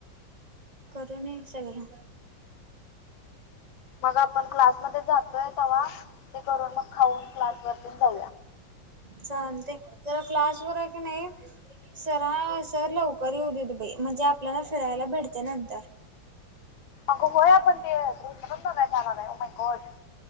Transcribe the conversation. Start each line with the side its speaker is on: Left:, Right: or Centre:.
Right: करूये सगळं.
Left: मग आपण क्लासमध्ये जातोय तवा. ते करून मग खाऊन क्लास वर तेन जातोय.
Right: चालतय त्याला क्लास वरये कणी. सर हा सर लवकर येऊदे बाई. म्हणजे आपल्याला फिरायला भेटते नंतर.
Left: अगं होय आपण ते <inaudible> बघायला जाणार हाय ओ माय गॉड.